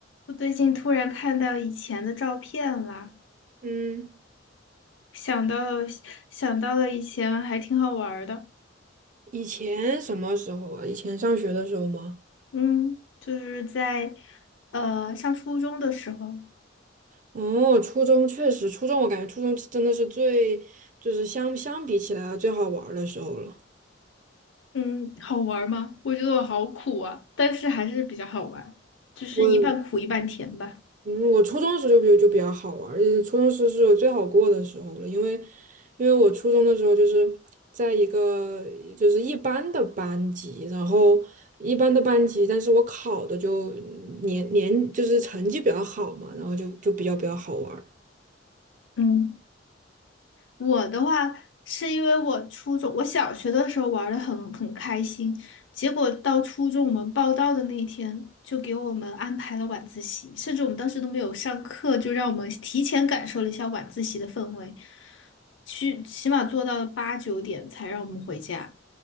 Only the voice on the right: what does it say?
嗯，
以前什么时候啊？以前上学的时候吗？
哦，初中确实，初中我感觉初中真的是最，就是相相比起来最好玩儿的时候了。
我，嗯，我初中的时候就比就比较好玩儿，而且初中时是我最好过的时候了，因为，因为我初中的时候就是在一个就是一般的班级，然后一般的班级，但是我考的就年年就是成绩比较好嘛，然后就就比较比较好玩儿